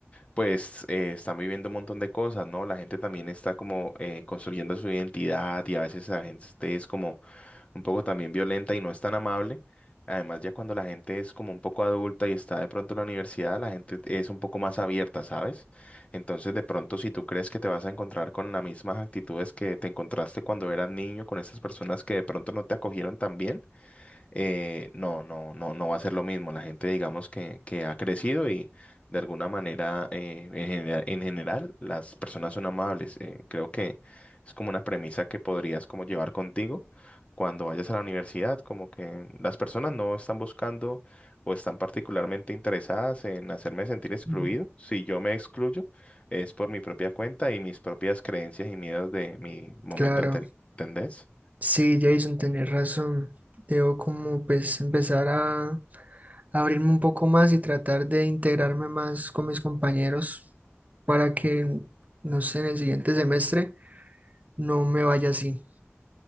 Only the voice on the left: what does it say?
pues eh, están viviendo un montón de cosas, ¿no? La gente también está como eh, construyendo su identidad y a veces la gente es como un poco también violenta y no es tan amable. Además, ya cuando la gente es como un poco adulta y está de pronto en la universidad, la gente es un poco más abierta, ¿sabes? Entonces, de pronto, si tú crees que te vas a encontrar con las mismas actitudes que te encontraste cuando eras niño, con esas personas que de pronto no te acogieron tan bien, eh, no, no, no, no va a ser lo mismo. La gente, digamos, que, que ha crecido y de alguna manera, eh, en general, en general, las personas son amables. Eh, creo que es como una premisa que podrías como llevar contigo cuando vayas a la universidad, como que las personas no están buscando o están particularmente interesadas en hacerme sentir excluido.
Si yo me excluyo, es por mi propia cuenta y mis propias creencias y miedos de mi momento
anterior. ¿Entendés?